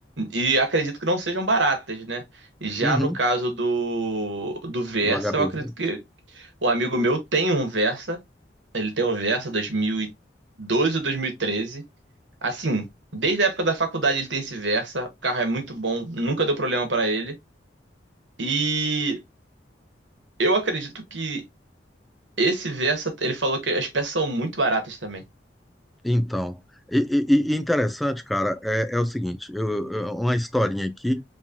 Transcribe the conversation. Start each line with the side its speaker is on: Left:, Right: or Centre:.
Right: E acredito que não sejam baratas, né? Já
Centre: uhum,
Right: no caso do, do Versa,
Centre: do HBV.
Right: eu acredito que o amigo meu tem um Versa. Ele tem um Versa 2012 ou 2013. Assim, desde a época da faculdade ele tem esse Versa. O carro é muito bom, nunca deu problema pra ele. E eu acredito que esse Versa, ele falou que as peças são muito baratas também.
Centre: Então, e, e- e interessante, cara, é, é o seguinte, eu, eu- uma historinha aqui.